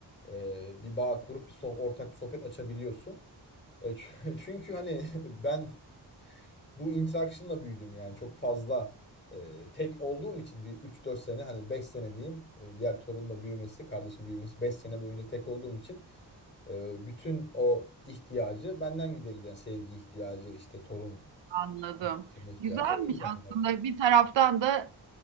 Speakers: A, on the left; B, on the right.
A: e, bir bağ kurup bir soh- ortak bir sohbet açabiliyorsun. E, çü- <laughs> çünkü hani <laughs> ben bu interaction'la büyüdüm yani çok fazla e, tek olduğum için bir üç dört sene hani 5 sene diyeyim e, diğer torunla büyümesi kardeşim büyümesi 5 sene boyunca tek olduğum için ee, bütün o ihtiyacı benden giderildi. Yani sevgi ihtiyacı, işte torun
B: Anladım.
A: sevme ihtiyacı
B: Güzelmiş
A: o yüzden
B: aslında.
A: bence.
B: Bir taraftan da